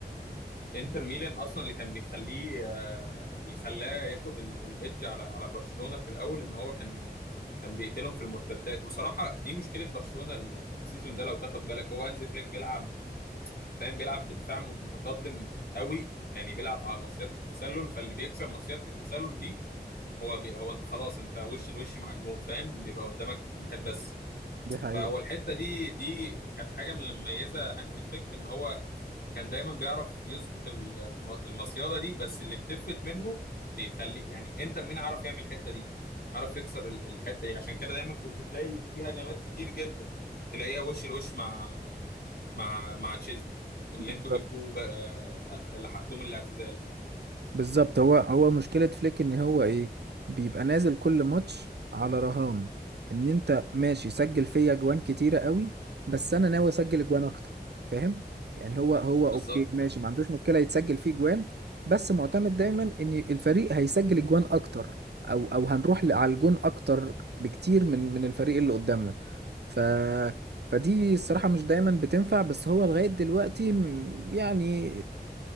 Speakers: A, on the left; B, on the right.
A: انتر ميلان اصلا اللي كان بيخليه آه، اللي خلاه ياخد الايدج على على برشلونه في الاول ان هو كان كان بيقتلهم في المرتدات وصراحه دي مشكله برشلونه ال- ال- السيزون ده لو تاخد بالك هو هانزي فليك بيلعب فاهم بيلعب بدفاع م- متقدم قوي يعني بيلعب على مصيده التسلل فاللي بيكسر مصيده التسلل دي هو بي هو انت خلاص انت وش لوش مع الجون فاهم بيبقى قدامك واحد بس
B: دي حقيقة
A: فهو الحته دي دي كانت حاجه من اللي مميزه هانزي فليك ان هو كان دايما بيعرف يظبط الم- المصيادة دي بس اللي بتفلت منه بيخليه يعني انتر ميامي عرف يعمل الحتة دي عرف يكسر ال- الحتة دي عشان كده دايما كنت تلاقي فيها هجمات كتير جدا تلاقيها وش لوش مع مع مع تشيزني اللي
B: بالظبط
A: انتوا جبتوه بقى الح- لحقتوه من الاعتزال ده
B: بالظبط هو هو مشكلة فليك ان هو ايه بيبقى نازل كل ماتش على رهان ان انت ماشي سجل فيا اجوان كتيرة قوي بس انا ناوي اسجل اجوان اكتر فاهم يعني هو هو اوكي
A: بالظبط
B: ماشي ما عندوش مشكلة يتسجل فيه اجوان بس معتمد دايما ان الفريق هيسجل اجوان اكتر او او هنروح ل- على الجون اكتر بكتير من من الفريق اللي قدامنا ف فدي الصراحة مش دايما بتنفع بس هو لغاية دلوقتي م- يعني